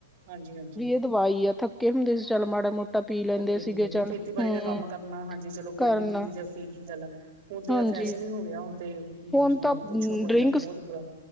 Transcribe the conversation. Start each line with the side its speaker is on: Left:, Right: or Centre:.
Right: ਹਾਂਜੀ ਹਾਂਜੀ
Centre: ਵੀ ਇਹ ਦਵਾਈ ਆ ਥੱਕੇ ਹੁੰਦੇ ਸੀ ਚੱਲ ਮਾੜਾ ਮੋਟਾ ਪੀ ਲੈਂਦੇ
Right: ਹੁੰਦੇ
Centre: ਸੀਗੇ
Right: ਹਨ
Centre: ਚੱਲ
Right: ਖੇਤੀਬਾੜੀ
Centre: ਹੂੰ
Right: ਦਾ ਕੰਮ ਕਰਨਾ ਹਾਂਜੀ ਚਲੋ
Centre: ਕਰਨਾ
Right: ਕੋਈ ਨੀ ਪੀ ਜ ਪੀ ਕੀ ਗੱਲ ਹੁਣ ਤਾਂ
Centre: ਹਾਂਜੀ
Right: ਫੈ ਕੁਛ ਨੀ ਹੋ ਗਿਆ ਹੁਣ ਤੇ ਹਮ
Centre: ਹੁਣ ਤਾਂ
Right: ਪੁੱਛੋ ਕੋਈ
Centre: ਡਰਿੰਕ
Right: ਨਾ ਬਹੁਤ ਬੁਰਾ